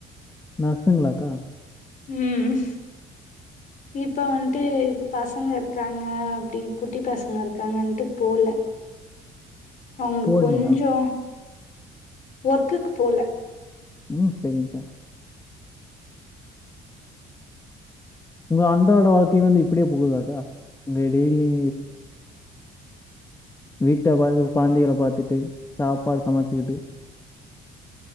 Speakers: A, on the left; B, on the left.
A: நர்ஸ்சுங்களாக்கா
B: ம் இப்ப வன்ட்டு பசங்க இருக்காங்க அப்டின் குட்டி பசங்க இருக்காங்கன்ட்டு போல அவுங்க
A: போடுங்களா
B: கொஞ்சோ ஒர்க்குக்கு போல
A: ம் சரிங்க்கா உங்க அன்றாட வாழ்க்கை வந்து இப்டியே போகுதாக்கா உங்க டெய்லி வீட்ட பாத்து கொழந்தைகள பாத்துட்டு சாப்பாடு சமச்சிகிட்டு